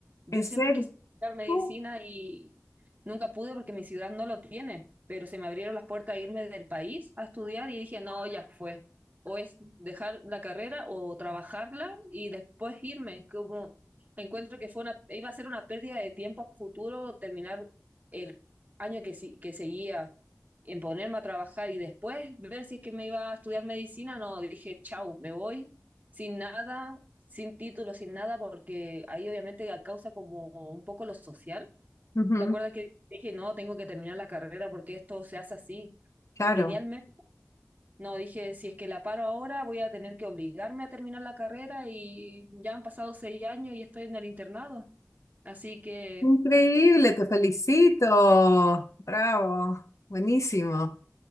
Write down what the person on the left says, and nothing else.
¿En serio?
Oh,
ujú,
claro.
Increíble, te felicito. Bravo, buenísimo.